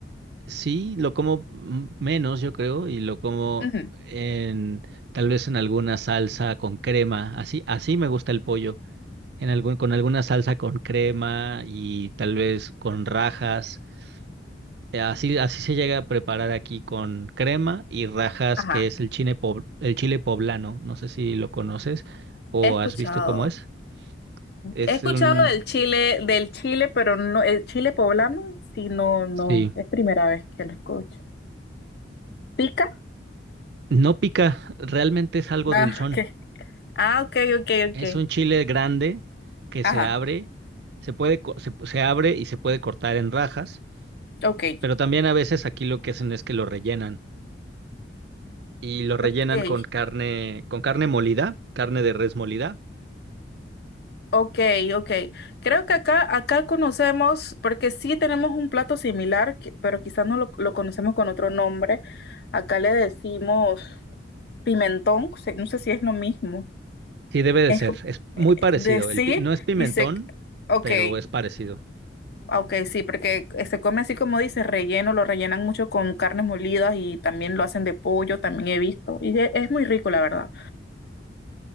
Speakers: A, on the right; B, on the left.
A: sí, lo como mm, menos, yo creo, y lo como
B: Ujú.
A: en tal vez en alguna salsa con crema. Así, así me gusta el pollo. en algún, con alguna salsa con crema y tal vez con rajas. Eh, Así, así se llega a preparar aquí con crema y rajas,
B: Ajá,
A: que es el chile, pobl- el chile poblano. No sé si lo conoces o
B: he escuchado.
A: has visto cómo es. Es
B: He escuchado
A: un...
B: del Chile, del Chile, pero no, el chile poblano, sí, no, no,
A: Sí.
B: es primera vez que lo escucho. ¿Pica?
A: No pica, realmente es algo
B: Ah,
A: dulzón.
B: <laughs> ok, ah, ok, ok, ok.
A: Es un chile grande que
B: Ajá,
A: se abre, se puede, co- se se abre y se puede cortar en rajas,
B: ok,
A: pero también a veces aquí lo que hacen es que lo rellenan. y lo rellenan
B: ok,
A: con carne, con carne molida, carne de res molida.
B: ok, ok. Creo que acá, acá conocemos, porque sí tenemos un plato similar, que- pero quizás no lo, lo conocemos con otro nombre. Acá le decimos pimentón, se- no sé si es lo mismo.
A: Sí, debe de
B: Es
A: ser.
B: co-
A: Es muy
B: eh,
A: parecido.
B: de sí,
A: El, pi- no es pimentón,
B: dice, ok.
A: pero es parecido.
B: Ah, Ok, sí, porque eh, se come así como dices relleno, lo rellenan mucho con carnes molidas y también lo hacen de pollo, también he visto. Y e- es muy rico, la verdad.